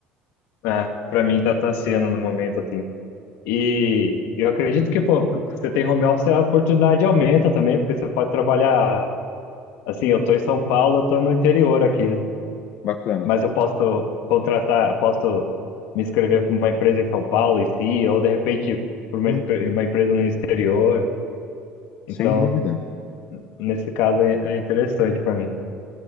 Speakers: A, on the left; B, on the left.
A: É, pra mim tá, tá sendo no momento, assim. E eu acredito que, pô, você tem home office, a oportunidade aumenta também, porque você pode trabalhar Assim, eu tô em São Paulo, eu tô no interior aqui, né?
B: Bacana.
A: Mas eu posso contratar, eu posso me inscrever para uma empresa em São Paulo em si, ou de repente para uma,
B: Sim,
A: espe- uma empresa no exterior. Então,
B: sem dúvida.
A: nesse caso é, é interessante para mim.